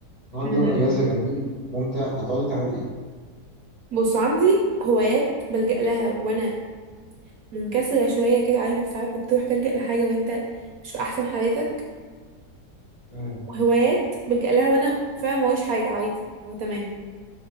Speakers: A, on the left; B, on the right.
A: النهارده
B: امم
A: يوم اجازه جميل ممتع هتقعدي تعملي ايه؟
B: بص عندي هوايات بلجأ لها وانا منكسره شويه كده عارف انت ساعات بتروح تلجأ لحاجه وانت مش في احسن حالاتك
A: مم.
B: وهوايات بلجأ لها وانا فعلا موريش حاجه عادي هو تمام